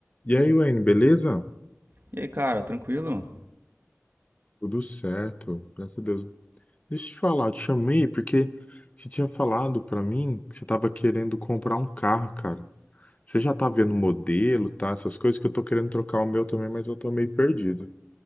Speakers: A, on the left; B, on the right.
A: E aí, Wayne, beleza?
B: E aí, cara, tranquilo?
A: Tudo certo, graças a Deus. Deixa eu te falar, eu te chamei porque você tinha falado pra mim que você tava querendo comprar um carro, cara. Você já tá vendo o modelo, tá? Essas coisas que eu tô querendo trocar o meu também, mas eu tô meio perdido.